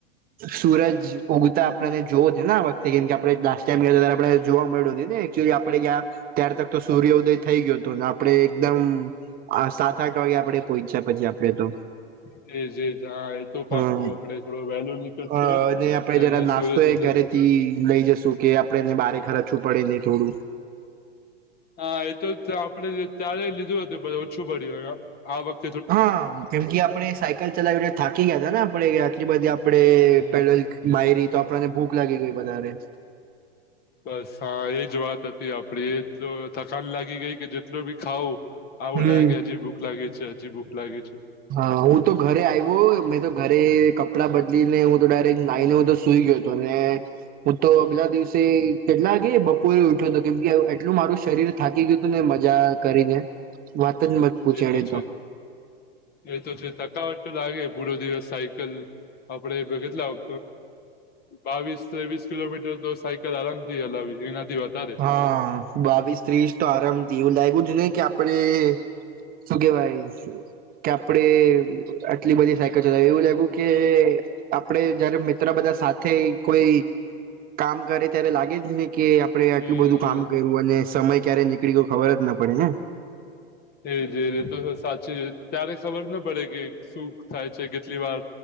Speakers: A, on the right (about 30°); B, on the left (about 30°).
A: સુરજ ઉગતા આપડને જોવો ને આ વખતે કેમ કે આપડણે લાસ્ટ ટાઈમ ગયા ત્યારે આપડણે જોવા મળ્યું નથી ને ુ આપડે ગ્યાં ત્યાર તક તો સૂર્ય ઉદય થઈ ગયો હતો ને આપડે એકદમ સાત આઠ વાગે આપડણે પહોંચ્યા પછી આપડે તો
B: એ જેજ હા એ તો પાકું
A: હમ
B: આપે થોડો વેલ નીકળશે.
A: અ
B: એટલે
A: અને આપડે
B: એને
A: જરા નાસ્તો
B: સુરજ
A: એ
B: ઉડતું
A: ઘરેથી
B: શું
A: લઈ જશું કે આપડેને બારે ખરચું પડે ને થોડું.
B: હા એ તો તા આપડે ત્યારે લીધું હતું બધ ઓછું પડ્યું આ આ વખત
A: હા કેમ કે આપડે સાયકલ ચલાવીને થાકી ગયા હતા ને આપડે આટલી બધી આપડે
B: હમ
A: પેડલ માયરી તો આપણને ભૂખ લાગી ગઈ વધારે.
B: બસ હા એજ વાત હતી આપડી એ જ તો થકાન લાગી ગઈ કે જેટલું બી ખાવુ આવું
A: હમ
B: લાગે કે હજી ભૂખ લાગે છે હજી ભૂખ લાગે છે.
A: હા હું તો ઘરે આવ્યો મે તો ઘરે કપડા બદલી ને હું તો ડાયરેક્ટ નાઈને <unintelligible> સુઈ ગયો હતો ને હું તો અગલા દિવસે કેટલા કે એ બપોરે ઉઠ્યો હતો કેમ કે એટલું મારું શરીર થાકી ગયું હતું ને મજા કરીને. વાત જ મત પૂછે
B: એ તો
A: એને
B: છે એ તો છે થકાવટ તો લાગે પૂરો દિવસ સાયકલ આપડે એ પર કેટલા <unintelligible> બાવીસ ત્રવિષા કિલોમીટર તો સાયકલ આરામ થી હલાવી દે એનાથી વધારે
A: હા બાવીસ ત્રીસ તો આરામથી એવું લાગ્યું જ ને કે આપડે શું કેહેવાય કે આપડે આટલી બધી સાયકલ ચલાવી એવું લાગ્યું કે આપડે જયારે મિત્ર બધા સાથે કોઈ કામ કરે ત્યારે લાગે જ ની કે આપણે
B: હમ
A: એટલું બધું કામ કર્યું અને સમય ક્યારે નીકળી ગયો ખબર જ ના પડે ને.
B: એ જ એ રીતો તો સાચી ત્યારે ખબર ના પડે કે શું થાય છે કેટલી વાર